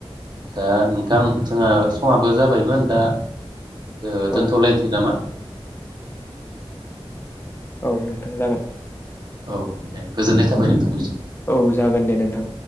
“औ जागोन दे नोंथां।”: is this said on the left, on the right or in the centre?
Left